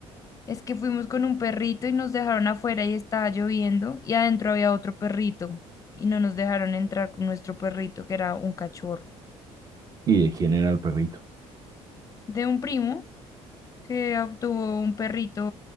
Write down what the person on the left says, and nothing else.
Es que fuimos con un perrito y nos dejaron afuera y estaba lloviendo y adentro había otro perrito y no nos dejaron entrar con nuestro perrito que era un cachorro
de un primo que obtuvo un perrito,